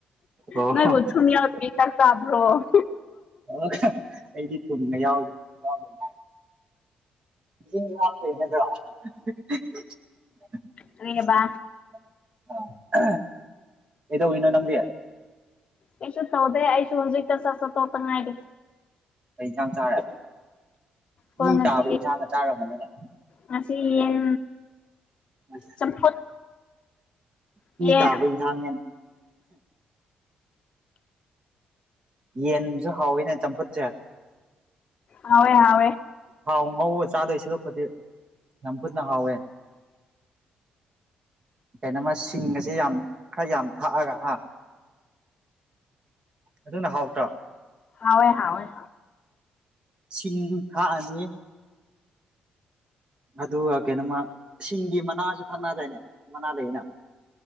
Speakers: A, on the right (about 35°); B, on the left (about 45°).
A: ꯑꯣ
B: ꯅꯣꯏꯕꯨ ꯊꯨꯝ ꯌꯥꯎꯗꯕꯤ ꯆꯥꯛ ꯆꯥꯕ꯭ꯔꯣ
A: ꯑꯣ ꯑꯩꯗꯤ ꯊꯨꯝꯕ ꯌꯥꯎꯗꯗ ꯑ <unintelligible>
B: ꯀꯔꯤꯕ
A: ꯑ ꯀꯩꯗꯣꯏꯩꯅꯣ ꯅꯪꯗꯤ
B: ꯑꯩꯁꯨ ꯊꯧꯗ ꯑꯁꯨ ꯍꯧꯖꯤꯛ ꯀꯁ ꯇꯧꯉꯥꯏꯔꯦ
A: ꯑꯩ ꯆꯥꯡ ꯔꯦ
B: ꯈꯣꯏ
A: ꯃꯤ
B: ꯉꯁꯤ
A: ꯇꯥꯕ ꯏꯟꯁꯥꯡꯅ ꯆꯥꯈ꯭ꯔꯔꯕꯅꯤꯅ
B: ꯉꯁꯤ ꯌꯦꯟ
A: ꯑꯝ
B: ꯆꯝꯐꯨꯠ
A: ꯄꯤ
B: ꯌꯦꯟ
A: ꯇꯥꯕ ꯋꯁꯥꯟꯤ ꯌꯦꯟꯁꯨ ꯍꯥꯎꯋꯤꯅꯦ ꯆꯝꯐꯨꯠꯁꯦ
B: ꯍꯋꯦ ꯍꯋꯦ
A: ꯍꯥꯎ ꯉꯧꯕ ꯆꯥꯗꯣꯏ ꯁꯂꯛꯄꯗꯤ ꯌꯥꯝ ꯐꯖꯅ ꯍꯥꯎꯋꯦ ꯀꯩꯅꯣꯃ ꯁꯤꯡ ꯑꯁꯦ ꯌꯥꯝ ꯈꯔ ꯌꯥꯝ ꯊꯥꯛꯑꯒ ꯍꯥ ꯑꯗꯨꯅ ꯍꯥꯎꯇ꯭ꯔꯣ
B: ꯍꯣꯏ ꯍꯣꯏ
A: ꯁꯤꯡ ꯊꯥꯛꯑꯅꯦ ꯑꯗꯨꯒ ꯀꯩꯅꯣꯃ ꯁꯤꯡꯒꯤ ꯃꯅꯥꯁꯨ ꯊꯛꯅꯗꯥꯏꯅꯦ ꯃꯅꯥ ꯂꯩꯌꯦꯅ